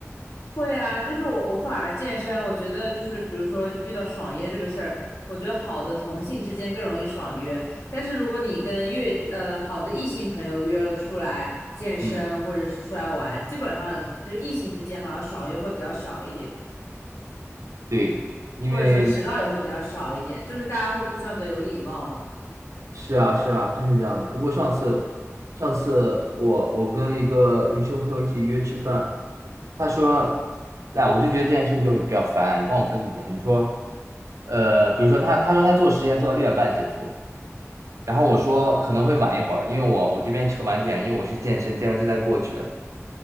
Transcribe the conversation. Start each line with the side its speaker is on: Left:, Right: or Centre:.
Left: 会啊，就是我我反而健身，我觉得就是比如说遇到爽约这个事儿，我觉得好的同性之间更容易爽约，但是如果你跟越呃好的异性朋友约了出来健身或者是出来玩，
Right: 嗯，
Left: 基本上就是异性之间好像爽约会比较少一点，
Right: 对，因为
Left: 或者说迟到也会比较少一点，就是大家会互相比较有礼貌嘛。
Right: 是啊是啊，真是这样的。不过上次上次我我跟一个女性朋友一起约吃饭，她说，哎，我就觉得这件事就比较烦，你帮我分析一下。你说，呃，比如说她她说她做实验做到六点半结束，然后我说可能会晚一会儿，因为我我这边吃晚点，因为我是健身，健完身再过去的。